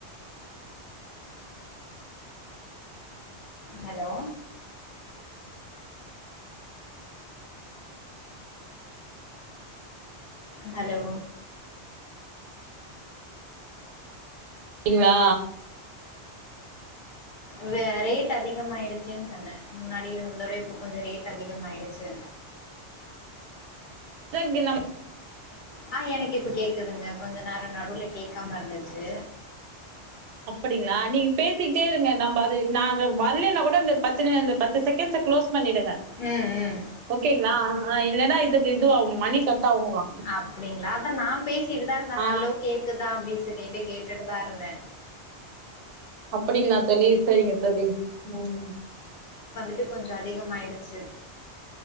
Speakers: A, on the left; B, on the right.
A: ஹலோ ஹலோ
B: கீங்ளா
A: வே ரேட் அதிகமாயிடுச்சுன்னு சொன்னே முன்னாடி இருந்ததோட இப்ப கொஞ்சோ ரேட் அதிகமாயிடுச்சு
B: <unintelligible> நம்ம
A: ஆ எனக் இப்ப கேக்குதுங்க கொஞ்சோ நேரோ நடுவுல கேக்காம இருந்துச்சு
B: அப்படி ங்ளா நீங்க பேசிக்கிட்டே இருங்க நம் வாது நாங்க வர்லேனா கூட இந்த பத்து நி பத்து செகண்ட்ஸ்ச க்ளோஸ் பண்ணிடுங்க
A: ம் ம்
B: ஓகேங்ளா ஆ இல்லனா இது இது ஆவோ மணி கட் ஆகுங்களாம்.
A: அப்டிங்ளா அதா நா பேசிட்டுதா இருந்தே
B: ஆ,
A: ஹலோ கேக்குதா அப்டி திவ் நேத்தே கேட்டுட்டுதா இருந்தே
B: அப்பிடிங்ளா தோழி செரிங்க தோழி உம்
A: டு கொஞ்சோ அதிகமாயிடுச்சு